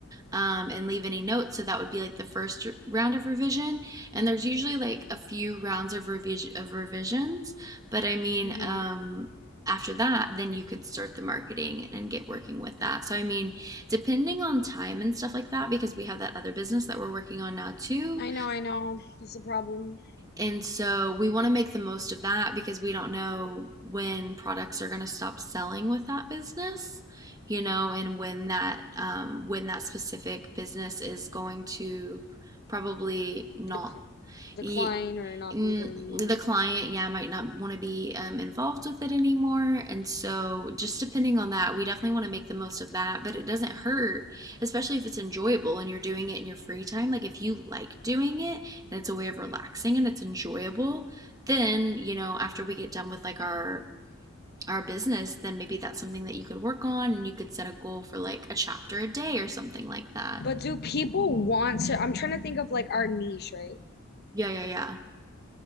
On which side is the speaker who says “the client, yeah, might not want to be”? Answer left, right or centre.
Right